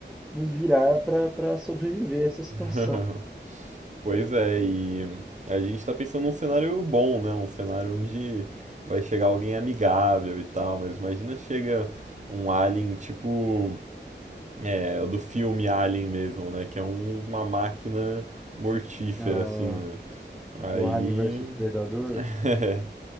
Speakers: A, in the centre; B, on the right.
A: nos virar para para sobreviver a essa situação.
B: <laughs> pois é, e a gente tá pensando num cenário bom, né? Um cenário onde vai chegar alguém amigável e tal, mas imagina chega um alien tipo. É, o do filme Alien mesmo, né? Que é um- uma máquina mortífera,
A: Ah,
B: assim, né? Aí.
A: do Alien versus Predador,
B: <laughs> é,